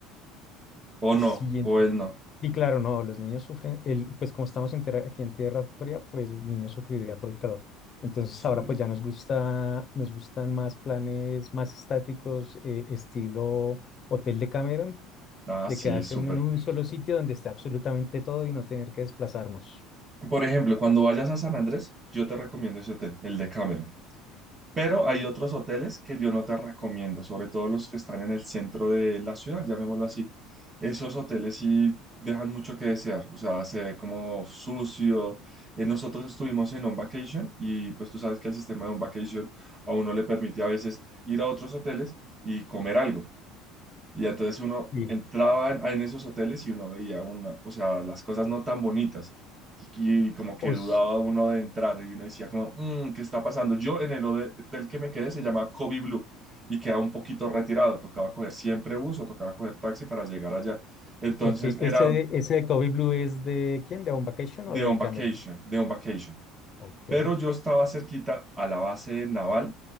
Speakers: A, on the right; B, on the left.
A: O
B: Sí,
A: no, o
B: en-
A: él no.
B: y claro, no, los niños sufren, el, pues como estamos en tierra- aquí en tierra fría, pues los niños sufriría por el calor. Entonces
A: Sí.
B: ahora pues ya nos gusta, nos gustan más planes más estáticos, eh, estilo Hotel de Cameron
A: Ah,
B: de
A: sí,
B: quedarse
A: súper.
B: uno en un solo sitio donde esté absolutamente todo y no tener que desplazarnos.
A: Por ejemplo, cuando vayas a San Andrés, yo te recomiendo ese hotel, el de Cameron. Pero hay otros hoteles que yo no te recomiendo, sobre todo los que están en el centro de la ciudad, llamémoslo así. Esos hoteles sí dejan mucho que desear, o sea, se ve como sucio. Eh, nosotros estuvimos en On Vacation y pues tú sabes que el sistema de On Vacation a uno le permite a veces ir a otros hoteles y comer algo. Y entonces uno
B: Sí.
A: entraba en, en esos hoteles y uno veía una, o sea, las cosas no tan bonitas. Y, y como que
B: Os,
A: dudaba uno de entrar y uno decía como, "Mm, ¿qué está pasando? Yo en el hode- hotel que me quedé se llama Kobe Blue y queda un poquito retirado. Tocaba coger siempre bus o tocaba coger taxi para llegar allá. Entonces
B: ok,
A: era
B: ese, de- ese de Kobe Blue es de quién, de On Vacation
A: de
B: o de
A: on vacation,
B: cameron
A: de on vacation.
B: Ok.
A: Pero yo estaba cerquita a la base naval